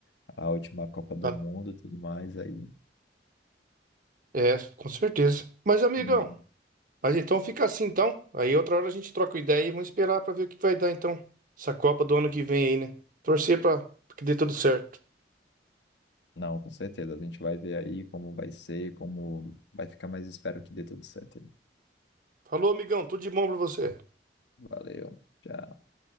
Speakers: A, on the left (about 75°); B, on the right (about 50°).
A: a última Copa do
B: tá-
A: Mundo e tudo mais, aí.
B: é, com certeza. Mas, amigão,
A: hum,
B: mas então fica assim então. Aí outra hora a gente troca uma ideia e vamos esperar pra ver o que vai dar então. Essa Copa do ano que vem aí, né? Torcer pra pra que dê tudo certo.
A: Não, com certeza. A gente vai ver aí como vai ser, como vai ficar, mas espero que dê tudo certo. aí.
B: Falou, amigão, tudo de bom pra você.
A: Valeu. Tchau.